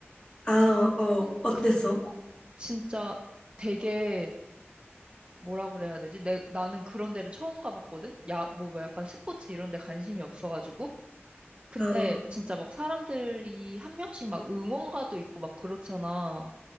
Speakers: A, on the left; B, on the right.
A: 아, 어,
B: 어,
A: 어땠어?
B: 근 진짜 되게 뭐라 그래야 되지? 내, 나는 그런 데를 처음 가봤거든? 야, 뭐, 뭐 약간 스포츠 이런 데 관심이 없어가지고. 근데
A: 어.
B: 진짜 막 사람들이 한 명씩 막 응원가도 있고 막 그렇잖아.